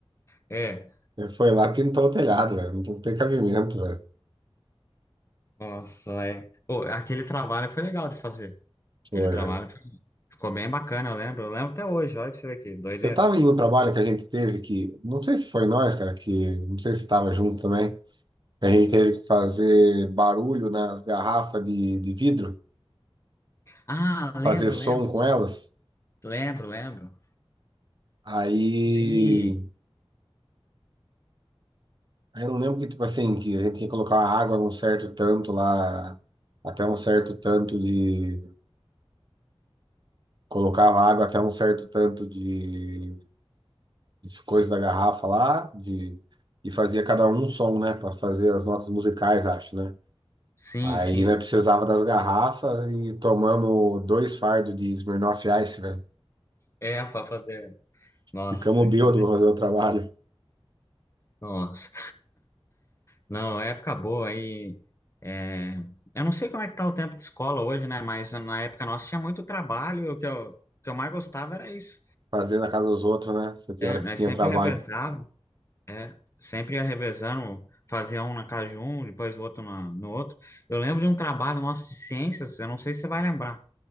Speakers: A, on the left; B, on the right.
A: É.
B: Ele foi lá e pintou o telhado, velho. Não tem cabimento, velho.
A: Nossa, é. Pô, aquele trabalho foi legal de fazer.
B: Foi,
A: Aquele trabalho
B: velho.
A: ficou bem bacana, eu lembro. Eu lembro até hoje, olha pra você ver aqui, doideira.
B: Você tava em um trabalho que a gente teve que, não sei se foi nós, cara, que, não sei se você tava junto também. A gente teve que fazer barulho nas garrafas de, de vidro,
A: Ah, lembro,
B: fazer som
A: lembro,
B: com elas.
A: lembro, lembro.
B: Aí,
A: Aí,
B: aí eu não lembro que, tipo assim, que a gente tinha que colocar a água num certo tanto lá, até um certo tanto de. Colocava água até um certo tanto de, de coisa da garrafa lá, de, e fazia cada um um som, né, para fazer as notas musicais, acho, né?
A: sim,
B: Aí,
A: sim.
B: né, precisava das garrafas e tomamos dois fardos de Smirnoff Ice, velho.
A: É, <laughs> pra fazer. Nossa,
B: Ficamos bêbados
A: que.
B: pra fazer o trabalho.
A: Nossa. Não, é época boa aí. é, Eu não sei como é que tá o tempo de escola hoje, né? Mas na época nossa tinha muito trabalho. e O que eu, o que eu mais gostava era isso.
B: Fazer na casa dos outros, né? Você tem
A: É,
B: hora
A: nós
B: que tinha
A: sempre
B: trabalho.
A: revezávamos. É, sempre ia revezando, fazia um na casa de um, depois o outro na- no outro. Eu lembro de um trabalho nosso de ciências, eu não sei se você vai lembrar,